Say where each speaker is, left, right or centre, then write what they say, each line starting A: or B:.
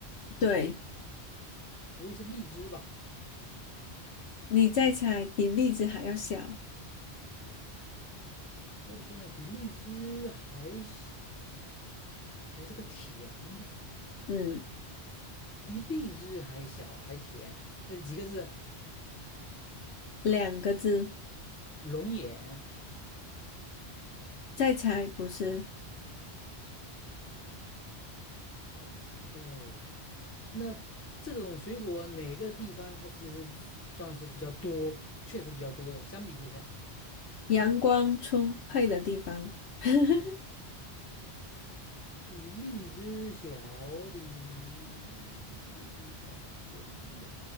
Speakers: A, on the left (about 75°); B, on the left (about 15°).
A: 对，
B: 不会是荔枝吧？
A: 你再猜，比荔枝还要小，
B: 我的天呐，比荔枝还小，还是个甜的，
A: 嗯，
B: 比荔枝还小还甜，那几个字？
A: 两个字。
B: 龙眼。
A: 再猜，不是
B: 哇塞，那这种水果哪个地方它其实是算是比较多，确实比较多的。相比之下，
A: 阳光充沛的地方，<laughs>
B: 比荔枝小，比荔枝小甜的。